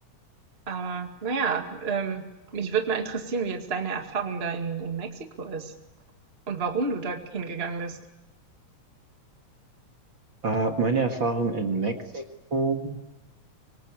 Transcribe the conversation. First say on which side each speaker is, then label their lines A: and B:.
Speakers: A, on the right (about 20°); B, on the right (about 45°).
A: Aber na ja, ähm, mich würde mal interessieren, wie jetzt deine Erfahrung da in, in Mexiko ist und warum du da hingegangen bist.
B: äh, meine Erfahrung in Mexiko,